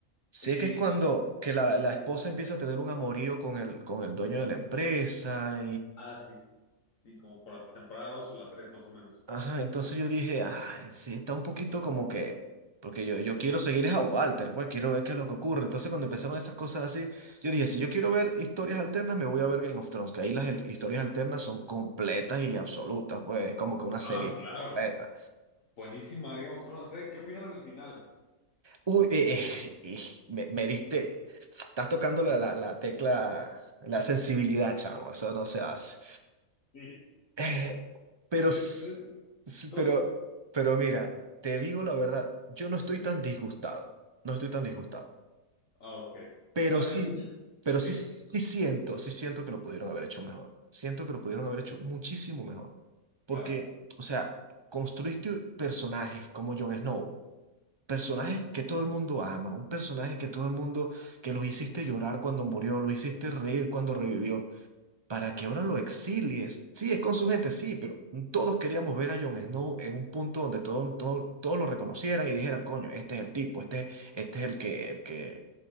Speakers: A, on the right; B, on the left.
A: Sé
B: Eh,
A: que es cuando
B: eh,
A: que la, la esposa empieza a tener un amorío con el, con el dueño de la empresa
B: ah, sí. Sí, como por la temporada 2 o la tres más o menos.
A: Ajá, entonces yo dije, ay, sí, está un poquito como que, porque yo, yo quiero seguir es a Walter, pues quiero ver qué es lo que ocurre. Entonces cuando empezaron esas cosas así, yo dije, si yo quiero ver historias alternas, me voy a ver Game of Thrones, que ahí las hel- historias alternas son completas y absolutas, pues es como que una
B: Ah,
A: serie
B: claro.
A: completa.
B: Buenísima Game of Thrones, ¿eh? ¿Qué opinas del final?
A: Uy, eh, eh, eh, me, me diste, estás tocando la, la la tecla, la sensibilidad, chamo, eso no se hace.
B: Sí,
A: Eh,
B: sí
A: pero,
B: me
A: s-
B: dicen eso.
A: s-
B: Todo.
A: pero, pero mira, te digo la verdad, yo no estoy
B: Ok.
A: tan disgustado, no estoy tan disgustado,
B: Ah, ok.
A: pero
B: No,
A: sí,
B: yo sí.
A: pero
B: Yo sí.
A: sí, sí siento, sí siento que lo pudieron haber hecho mejor, siento que lo pudieron haber hecho muchísimo mejor, porque,
B: Claro.
A: o sea, construiste personajes como Jon Snow, personajes
B: Ujú.
A: que todo el mundo ama, un personaje que todo el mundo, que los hiciste llorar cuando murió, los hiciste reír cuando revivió para que ahora lo exilies. Sí, es con su gente, sí, pero todos queríamos ver a Jon Snow en un punto donde todo, todo- todos lo reconocieran y dijeran, coño, este es el tipo, este, este es el que, el que,